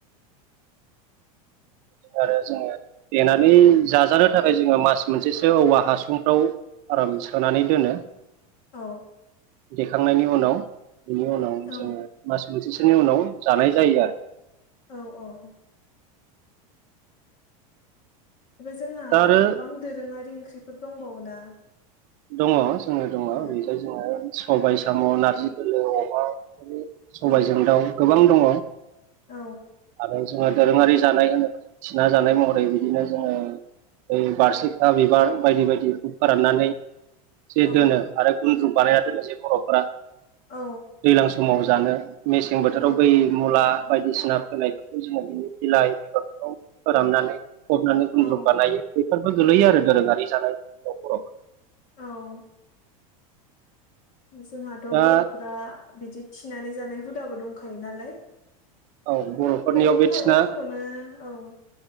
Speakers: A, on the left (about 45°); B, on the right (about 45°).
A: <inaudible>
B: आरो जोङो देनानै जाजानो थाखाय जोङो मास मोनसेसो औवा हासुंफ्राव आराम सोनानै दोनो
A: औ
B: देखांनायनि उनाव बिनि उनाव
A: औ
B: जोङो मास मोनसे सोनि उनाव जानाय जायो आरो
A: औ औ औ बेफ्राय जोंहा
B: दा आरो
A: गोबां दोरोङारि ओंख्रिफोर दंबावोना
B: दङ जोङो दङ
A: औ
B: ओरैहाय जोङो सबाय साम' नारजि दोलो अमा
A: औ
B: सबायजों दाउ गोबां दङ
A: औ
B: आरो जोङो दोरोङारि जानाय होनोब्ला थिना जानाय महरै बिदिनो जोङो बै बारसिखा बिबार बायदि बायदिखौ फोराननानै जे
A: औ
B: दोनो आरो गनद्रु बानाया दोनो जे बर'फोरा
A: औ
B: दैलां समाव समाव जानो मेसें बोथोराव
A: औ
B: बै मुला बायदिसिना फोनायफोरखौ जोङो बिनि बिलाइ बेगरफ्राव <unintelligible> फोराननानै फबनानै
A: औ
B: गुनद्रुग बानायो बेफोरबो गोलैयो आरो दोरोङारि जानायाव बर'फ
A: औ जोंहाथ'
B: दा
A: बर'फोरा बिदि थिनानै जानाय हुदाबो दंखायो नालाय
B: औ
A: गोबां
B: बर'फोरनियाव
A: मैगं
B: बे
A: थाइगंफोरखौनो
B: थिना
A: औ